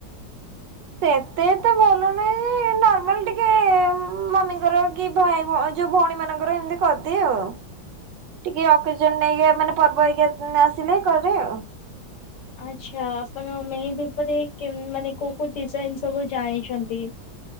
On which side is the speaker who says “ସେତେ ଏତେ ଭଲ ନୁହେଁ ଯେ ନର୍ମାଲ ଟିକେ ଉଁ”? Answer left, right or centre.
Right